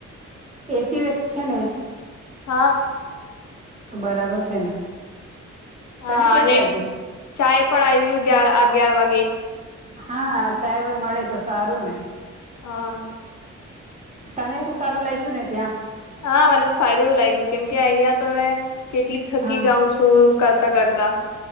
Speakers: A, on the right; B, on the left.
A: એસી વેસી છે, ને
B: હા.
A: તો બરાબર છે, ને
B: હા
A: તને કેવું
B: અને
A: લાગ્યું?
B: ચાય પડ આવયુ ગિયાર અગિયાર વાગે
A: હા ચાય વાય મળે તો સારું ને
B: હા.
A: તને સારું લાગયું ને ત્યાં
B: હા મને તો સારું એવું લાગ્યું કેમ કે અહિયાં તો મે કેટલી થકી
A: હા
B: જાઉં છું કરતા કરતા